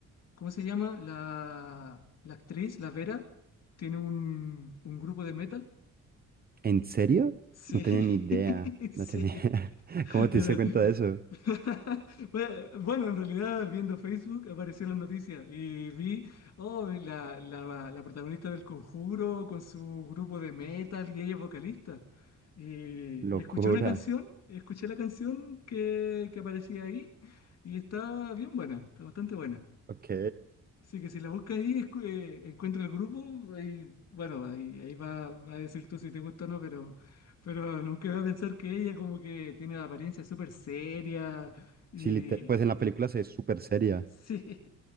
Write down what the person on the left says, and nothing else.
¿cómo se llama? La, la actriz, la Vera, tiene un, un grupo de metal.
Sí,
<laughs> sí.
Mira,
<laughs> Bueno, en realidad viendo Facebook apareció la noticia y vi, oh, la, la, la protagonista del Conjuro con su grupo de metal y ella es vocalista. Y,
y escuché una canción, escuché la canción que, que aparecía ahí y está bien buena, está bastante buena.
Así que si la buscas ahí, escu- eh, encuentra el grupo, ahí, bueno, ahí, ahí va, va a decir tú si te gusta o no, pero, pero nunca va a pensar que ella como que tiene la apariencia súper seria y...
Sí,